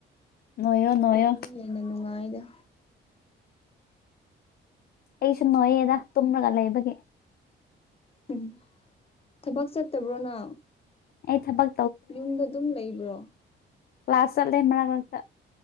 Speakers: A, on the left; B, on the left.
A: ꯅꯣꯏꯌꯣ ꯅꯣꯏꯌꯣ
B: ꯀꯪꯕꯅ ꯍꯦꯟꯅ ꯅꯨꯡꯉꯥꯏꯗ
A: ꯑꯩꯁꯨ ꯅꯣꯏꯌꯦꯗ ꯇꯨꯝꯂꯒ ꯂꯩꯕꯒꯤ
B: ꯎꯝ ꯊꯕꯛ ꯆꯠꯇꯕ꯭ꯔꯣꯅ
A: ꯑꯩ ꯊꯕꯛ
B: ꯌꯨꯝꯗ ꯑꯗꯨꯝ ꯂꯩꯕ꯭ꯔꯣ
A: ꯀ꯭ꯂꯥꯁꯜꯦ ꯃꯒꯇ